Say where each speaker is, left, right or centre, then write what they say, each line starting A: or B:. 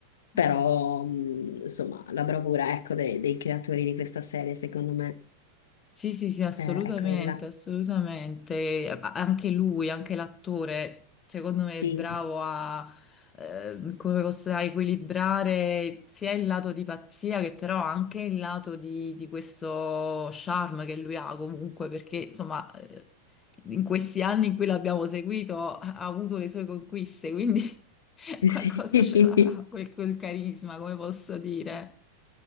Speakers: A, on the left (about 60°); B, on the left (about 20°).
A: Però,
B: eh.
A: mh, insomma, la bravura, ecco, dei dei creatori di questa serie, secondo me.
B: Sì, sì, sì, assolutamente,
A: Eh, è quella.
B: assolutamente. A- Anche lui, anche l'attore, secondo me
A: Sì,
B: è bravo a, eh, come posso dire, a equilibrare sia il lato di pazzia che però anche il lato di, di questo charme che lui ha comunque, perché insomma, eh, in questi anni in cui l'abbiamo seguito ha ha avuto le sue conquiste, quindi <laughs>
A: <laughs>
B: qualcosa
A: sì.
B: ce l'avrà, quel, quel carisma, come posso dire.